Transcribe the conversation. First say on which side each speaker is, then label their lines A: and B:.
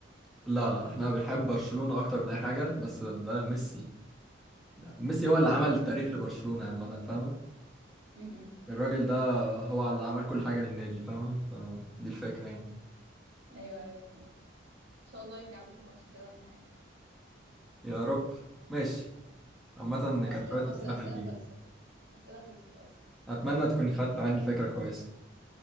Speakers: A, in the centre; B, on the right (about 65°).
A: لا لا احنا بنحب برشلونة اكتر من اي حاجة بس ده ميسي ميسي هو اللي
B: امم
A: عمل التاريخ لبرشلونة عامة فاهمة
B: امم
A: الراجل ده هو اللي عمل كل حاجة للنادي فاهمة فدي الفكرة يعني
B: ايوه ايوه فهمت ان شاء الله يرجع لكم ماتش كده ولا حاجه
A: يا رب ماشي عامة
B: بس
A: كان
B: كده
A: شوية
B: خلاص
A: أسئلة
B: الاسئله
A: حلوين
B: خلصت الاسئله خلصت اصلا
A: أتمنى تكوني خدت عني فكرة كويسة